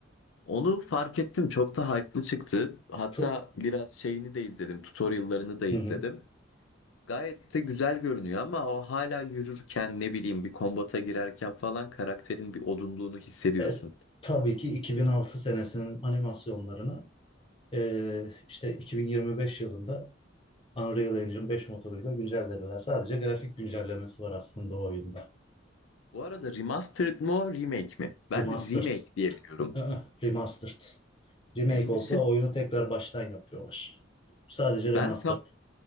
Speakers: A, on the left (about 80°); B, on the left (about 30°).
A: onu fark ettim. Çok da hype'lı çıktı. Hatta
B: Çok...
A: biraz şeyini de izledim. Tutorial'larını da izledim.
B: Hı hı.
A: Gayet de güzel görünüyor ama o hala yürürken ne bileyim bir kombata girerken falan karakterin bir odunluğunu hissediyorsun.
B: E, tabii ki 2006 senesinin animasyonlarını e, işte 2025 yılında Unreal Engine 5 motoruyla güncellediler. Sadece grafik güncellemesi var aslında o oyunda.
A: Bu arada remastered mı remake mi? Ben
B: Remastered.
A: remake diye biliyorum.
B: Hı-hı, Remastered. Remake
A: Emin misin?
B: olsa oyunu tekrar baştan yapıyorlar. Sadece
A: Ben
B: remastered.
A: tam